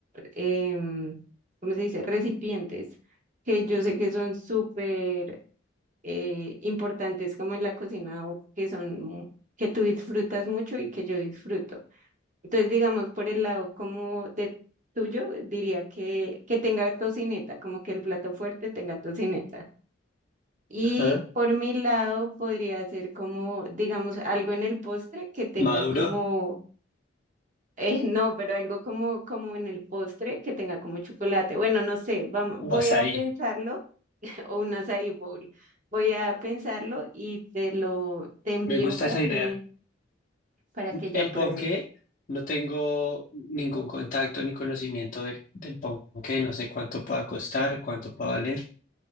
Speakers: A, on the right; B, on the left.
A: em, ¿cómo se dice? Recipientes, que yo sé que son súper eh, importantes como en la cocina o que son, mu- que tú disfrutas mucho y que yo disfruto. Entonces, digamos, por el lado como de tuyo, diría que, que tenga tocineta, como que el plato fuerte tenga tocineta. Y
B: Ajá.
A: por mi lado podría ser como, digamos, algo en el postre que tenga
B: Maduro
A: como... <laughs> Eh, no, pero algo como, como en el postre que tenga como chocolate. Bueno, no sé, vam- voy
B: o azaí,
A: a pensarlo o un açaí bowl. Voy a pensarlo y te lo te envío
B: me gusta
A: para
B: esa
A: que
B: idea.
A: para que ella
B: El
A: pruebe.
B: ponqué, no tengo ningún contacto ni conocimiento del, del ponqué, no sé cuánto pueda costar, cuánto pueda valer,